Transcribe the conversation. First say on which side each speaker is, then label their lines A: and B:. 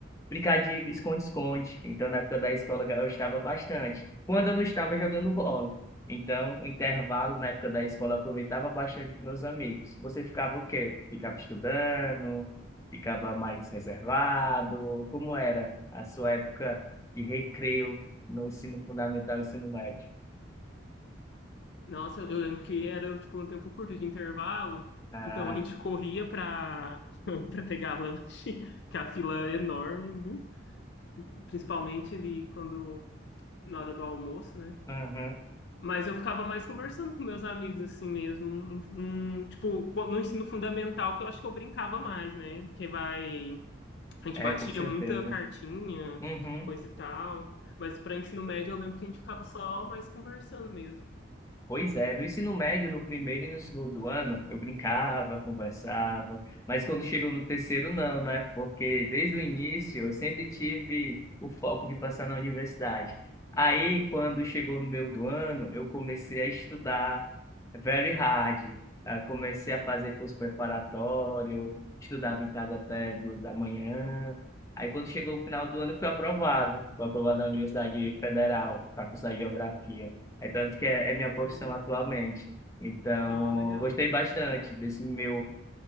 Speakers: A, on the left (about 15°); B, on the left (about 60°).
A: brincar de esconde-esconde. Então, na época da escola, eu gostava bastante. Quando eu não estava jogando bola. Então, o intervalo na época da escola eu aproveitava bastante com meus amigos. Você ficava o quê? Ficava estudando? Ficava mais reservado? Como era a sua época de recreio no ensino fundamental e ensino médio?
B: Nossa, eu lembro que era tipo um tempo curto de intervalo,
A: Ah,
B: então a gente corria para para <laughs> pegar lanche, que a fila é enorme, nu. principalmente ali quando na hora do almoço, né?
A: aham,
B: Mas eu ficava mais conversando com meus amigos assim mesmo, um- um- tipo, no ensino fundamental, que eu acho que eu brincava mais, né? Que vai A gente
A: É,
B: batia
A: com certeza.
B: muita cartinha,
A: Uhum.
B: coisa e tal. Mas para ensino médio eu lembro que a gente ficava só mais conversando mesmo.
A: Pois é, no ensino médio, no primeiro e no segundo ano, eu brincava, conversava, mas quando chegou no terceiro, não, né? Porque desde o início eu sempre tive o foco de passar na universidade. Aí,
B: Uhum.
A: quando chegou no meio do ano, eu comecei a estudar very hard. Ah, Comecei a fazer curso preparatório, estudava em casa até duas da manhã. Aí, quando chegou o final do ano, eu fui aprovado. Fui aprovado na Universidade Federal para cursar Geografia. É tanto que é, é minha profissão
B: Ah, legal.
A: atualmente. Então,
B: Ah, legal.
A: eu gostei bastante desse meu